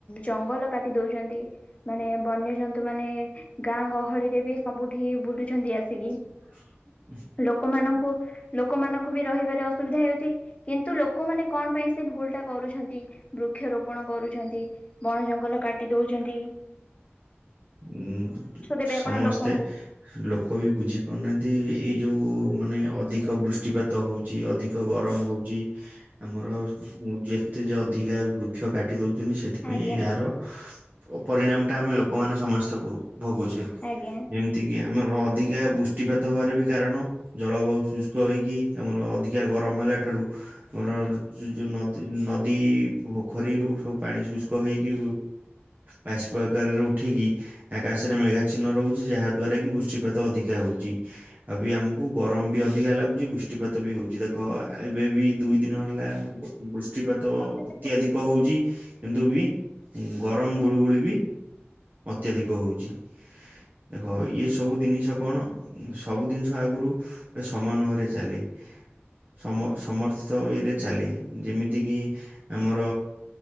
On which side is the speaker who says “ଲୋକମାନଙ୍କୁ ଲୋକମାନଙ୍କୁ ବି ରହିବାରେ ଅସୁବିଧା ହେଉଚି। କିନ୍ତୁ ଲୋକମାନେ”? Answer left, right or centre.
Left